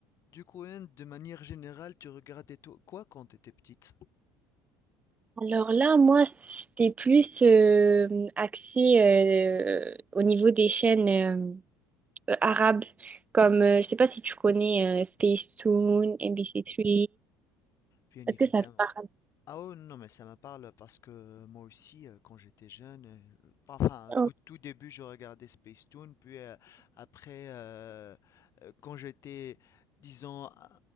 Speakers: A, on the left; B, on the right.
A: Du coup, hein, de manière générale, tu regardais to- quoi quand tu étais petite?
B: Alors là, moi, c'était plus euh, axé euh, au niveau des chaînes euh, euh, arabes, comme, euh, je sais pas si tu connais euh, Spacetoon, MBC3,
A: Bien évidemment.
B: est-ce que ça te parle?
A: Ah oh non, mais ça me parle parce que euh, moi aussi, euh, quand j'étais jeune, euh, enfin,
B: Oh,
A: au tout début, je regardais Space Toon, puis euh, après, euh, euh, quand j'étais, disons, euh,